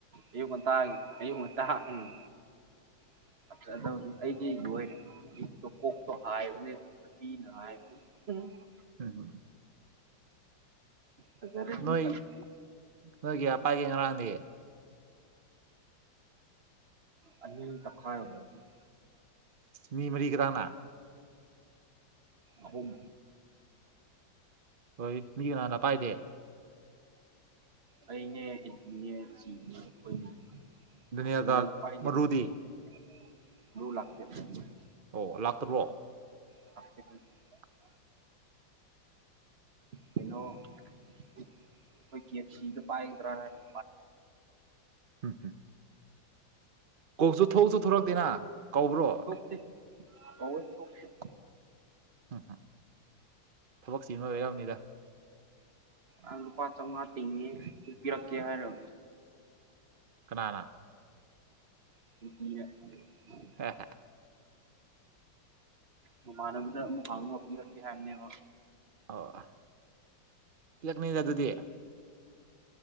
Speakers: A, on the right; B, on the right.
A: ꯑꯌꯨꯛ ꯉꯥꯟꯇꯒꯤ ꯑꯌꯨꯛ ꯉꯥꯟꯇ ꯎꯝ <inaudible> ꯑꯩꯗꯤ ꯂꯣꯏꯔꯦ <unintelligible>
B: <unintelligible>
A: ꯐꯖꯔꯦ ꯑꯗꯨꯝ
B: ꯅꯣꯏ
A: ꯐꯖꯔꯦ
B: ꯅꯣꯏꯒꯤ ꯑꯄꯥꯒꯤ ꯉꯔꯥꯡꯅꯦ
A: ꯑꯅꯤꯜ ꯇꯈꯥ <unintelligible>
B: ꯃꯤ ꯃꯔꯤ ꯀꯅꯥ ꯀꯅꯥ
A: ꯑꯍꯨꯝ
B: ꯍꯣꯏ ꯃꯤꯒꯤ ꯀꯅꯥꯅ ꯄꯥꯏꯗꯦ
A: ꯑꯩꯅꯦ ꯏꯠꯂꯤꯅꯦ ꯆꯤꯅꯦ ꯑꯩꯈꯣꯏꯅꯤ <unintelligible>
B: ꯗꯨꯅꯤꯌꯥꯒ ꯃꯔꯨꯗꯤ ꯑꯣ ꯂꯥꯛꯇ꯭ꯕꯔꯣ
A: <unintelligible>
B: <inaudible>
A: ꯀꯩꯅꯣ ꯑꯩꯈꯣꯏ ꯀꯁꯤꯗ ꯄꯒꯗ꯭ꯔꯥ <unintelligible>
B: <unintelligible> ꯀꯣꯜꯁꯨ ꯊꯣꯛꯁꯨ ꯊꯣꯔꯛꯇꯦꯅ ꯀꯧꯕ꯭ꯔꯣ
A: ꯊꯣꯛꯇꯦ <unintelligible>
B: ꯎꯝ ꯊꯕꯛꯁꯤꯕ ꯑꯣꯏꯕ ꯌꯥꯕꯅꯤꯗ
A: ꯑ ꯂꯨꯄꯥ ꯆꯧꯉꯥ ꯇꯤꯡꯉꯦ ꯄꯤꯔꯛꯀꯦ ꯍꯥꯏꯔꯣ
B: ꯀꯅꯥ
A: <unintelligible>
B: <unintelligible>
A: ꯃꯃꯥꯅꯕꯗ ꯑꯃꯨꯛ ꯍꯪꯉꯥ ꯄꯤꯔꯛꯀꯦ ꯍꯥꯏꯕꯅꯦꯕ
B: ꯑꯣ ꯄꯤꯂꯛꯅꯤꯗ ꯑꯗꯨꯗꯤ